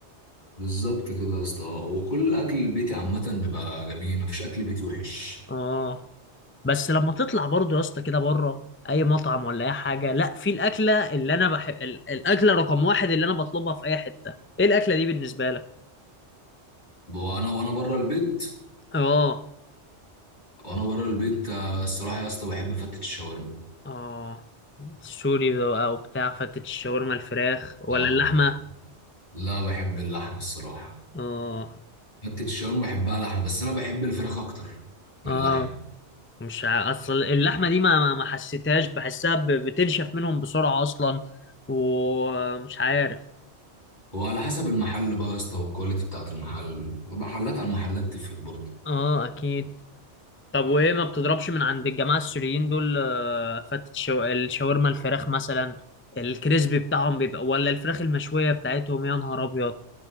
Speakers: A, on the left; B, on the left.
A: بالظبط كده يا اسطى وكل الاكل البيتي عامه بيبقى جميل مفيش اكل بيتي وحش
B: اه بس لما تطلع برضه يا اسطى كده بره اي مطعم ولا اي حاجه لا في الاكله اللي انا بحب الاكله رقم واحد اللي انا بطلبها في اي حته ايه الاكله دي بالنسبه لك
A: وانا وانا بره البيت
B: اه
A: وانا بره البيت آه، الصراحه يا اسطى بحب فتة الشاورما
B: اه سوري بقى وبتاع فتت الشاورما الفراخ ولا
A: آه.
B: اللحمه
A: لا بحب اللحمه الصراحه
B: اه
A: فتة الشاورما بحبها لحمه بس انا بحب الفراخ اكتر من
B: اه
A: اللحمه
B: مش ع- اصل اللحمه دي ما ما ما حسيتهاش بحسها ب- بتنشف منهم بسرعه اصلا ومش عارف
A: وعلى حسب المحل بقى يا اسطى والكواليتي بتاعت المحل محلات عن محلات تفرق برضه
B: اه اكيد طب وايه ما بتضربش من عند الجماعه السوريين دول آه، فتة شو... الشاورما الفراخ مثلا الكريسبي بتاعهم بيبقى ولا الفراخ المشويه بتاعتهم يا نهار ابيض